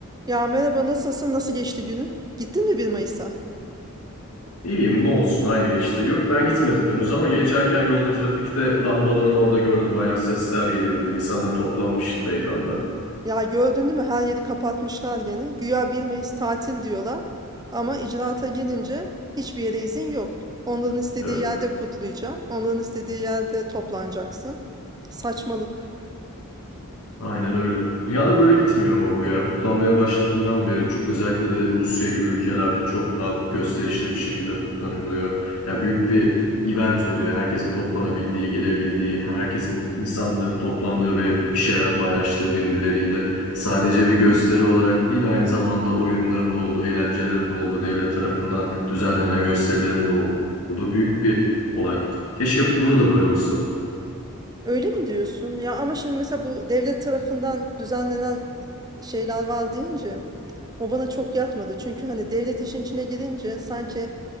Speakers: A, on the right; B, on the left.
A: Ya merhaba nasılsın? Nasıl geçti günün? Gittin mi bir Mayıs'a?
B: İyiyim ne olsun aynı geçti. Yok ben gitmedim henüz ama geçerken yolda trafikte lambaların orada gördüm. Bayağı sesler geliyordu. İnsanlar toplanmıştı meydanda.
A: Ya gördün değil mi? Her yeri kapatmışlar gene. Güya bir Mayıs tatil diyorlar. Ama icraata gelince hiçbir yere izin yok. Onların istediği
B: Evet.
A: yerde kutlayacaksın. Onların istediği yerde toplanacaksın. Saçmalık.
B: Aynen öyle. Dünyada böyle gitmiyor ama bu ya. Kutlanmaya başladığından beri çok, özellikle de Rusya gibi ülkelerde çok daha gösterişli bir şekilde kutlanılıyor. Ya büyük bir event oluyor. Herkesin toplanabildiği, gelebildiği, herkesin insanların toplandığı ve bir şeyler paylaştığı birbirleriyle. Sadece bir gösteri olarak değil, aynı zamanda oyunların da olduğu, eğlencelerin de olduğu, devlet tarafından düzenlenen gösterilerin de olduğu büyük bir olay. Keşke burada da böyle olsa.
A: Öyle mi diyorsun? Ya ama şimdi mesela bu devlet tarafından düzenlenen şeyler var deyince o bana çok yatmadı. Çünkü hani devlet işin içine girince sanki